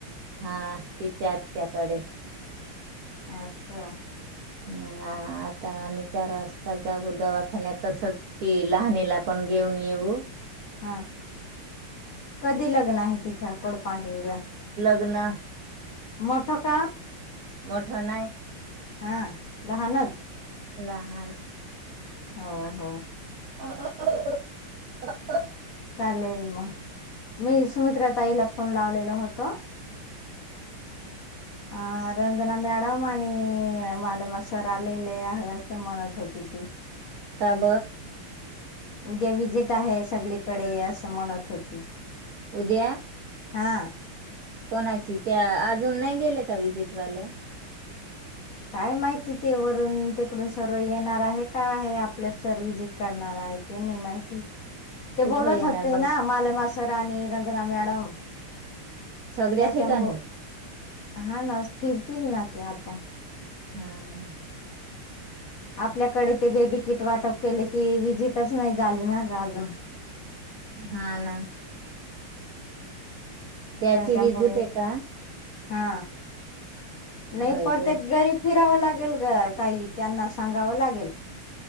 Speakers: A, on the right; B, on the left.
A: हा तिच्या आत्याकडे.
B: अच्छा!
A: मग आता आम्ही चार वाजता जाऊ दवाखान्यातच ती लहाणीला पण. घेऊन येऊ.
B: हा कधी लग्न आहे तिथं कोडपांढरीला.
A: ना.
B: मोठं का.
A: मोठं नाही.
B: हा लहानच.
A: लहान.
B: होा हो.
A: <unintelligible>
B: चालेल मग मी सुमित्रा तईला फोन लावलेल होतो. हा रंगनाम्या. मा आणि माले मशर आलेले आहे म्हणत होती ती.
A: का बर
B: उद्या व्हिजिट आहे सगळीकडे असं म्हणत होती
A: उद्या
B: हा
A: कोणाची त्या अजून नाही गेले का व्हिजिट वाले
B: काय माहिती ते वरून तिकडून सर्व येणार आहे का आहे आपलं सर व्हिजिट करणार आहे ते नाही माहिती ते
A: कुठं
B: बोलत
A: येणार
B: असते
A: मग
B: ना माले मासर आणि रजनाम मॅडम
A: सगळ्या
B: त्याच्यामु
A: ठिकाणी
B: हा ना फिरतील ना ते आता
A: हम्म
B: आपल्याकडे ते बेबीकीट वाटप केले ती विजिटच नाही झाली ना ग अजून
A: हा ना त्याची
B: त्याच्यामुळे
A: विजिट आहे का
B: हा नाही
A: बाई
B: पडते
A: ग
B: गारी फिरावं लागेल ग ताई त्यांना सांगावं लागेल